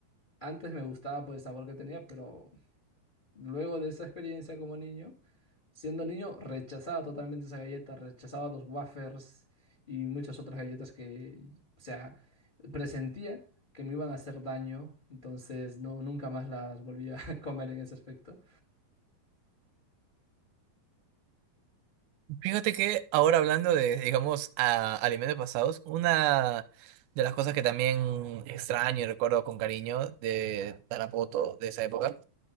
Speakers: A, on the left; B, on the right.
A: antes me gustaba por el sabor que tenía, pero Luego de esa experiencia como niño, siendo niño, rechazaba totalmente esa galleta, rechazaba los wafers y muchas otras galletas que, o sea, presentía que me iban a hacer daño, entonces no, nunca más las volví a <laughs> comer en ese aspecto.
B: Fíjate que ahora hablando de, digamos, a, alimentos pasados, una de las cosas que también extraño y recuerdo con cariño de Tarapoto, de esa época,